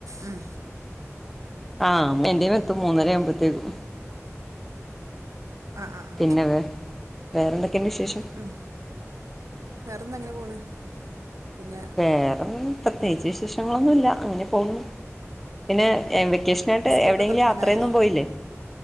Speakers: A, on the right (about 85°); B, in the centre.
A: ഉം
B: ആഹ് എന്റെതും എത്തും മൂന്നര ആവുമ്പത്തേക്കും
A: ആ ആ ആ
B: പിന്നെ വേ വേറെന്തൊക്കെയുണ്ട് വിശേഷം
A: ഉം വേറെന്ത അങ്ങനെ പോണ് പിന്നെ
B: വേറെൊ പ്രത്യേകിച്ച്
A: എന്ത്
B: വിശേഷങ്ങളൊന്നുല്ല അങ്ങനെ പോകുന്നു പിന്നെ വെക്കേഷനായിട്ട്
A: സ്കൂളൊക്കെ
B: എവിടെയെങ്കിലും
A: തുറക്കാനായില്ലേ
B: യാത്രയൊന്നും പോയില്ലേ